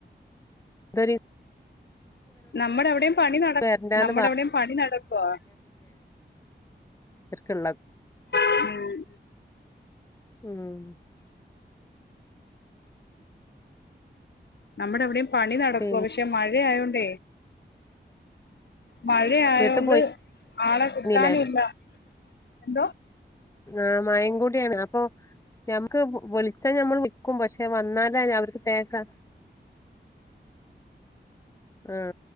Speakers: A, on the left; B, on the left.
A: ദരി
B: നമ്മടെ എവിടേം പണി നട
A: വരണ്ടാന്ന്
B: നമ്മടെ എവിടേം പണി നടക്കുവാ
A: തെരക്ക്ള്ള
B: ഉം
A: ഉം
B: നമ്മടെ വടിം പണി നടക്കോ
A: പിന്നെ
B: പക്ഷെ മഴയായോണ്ടേ മഴയായോണ്ട്
A: വീട്ട്
B: ആളെ
A: പോയിരുന്നില്ലേ
B: കിട്ടാനൂല്ല എന്തോ
A: ആ മഴീം കൂടിയാണ് അപ്പൊ ഞമുക്ക് വു വിളിച്ചാ ഞമ്മൾ നിക്കും പക്ഷേ വന്നാലല്ലേ അവർക്ക് തേക്കാ ആ